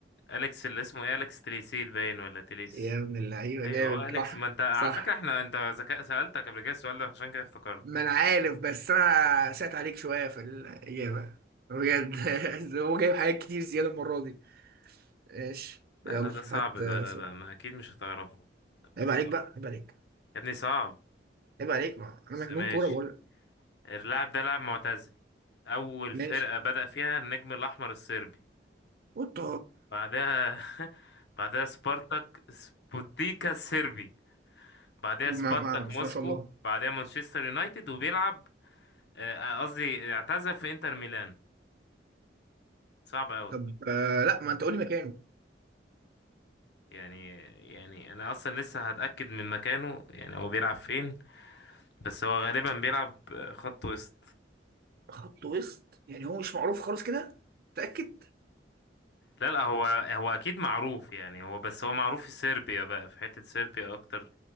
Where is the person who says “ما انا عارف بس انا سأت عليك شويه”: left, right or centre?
Right